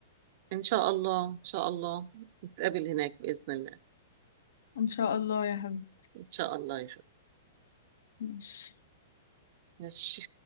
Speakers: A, on the right; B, on the left.
A: ان شاء الله ان شاء الله نتقابل هناك باذن الله
B: ان شاء الله يا حبيبي
A: ان شاء الله يا حبيبي
B: ماشي
A: ماشي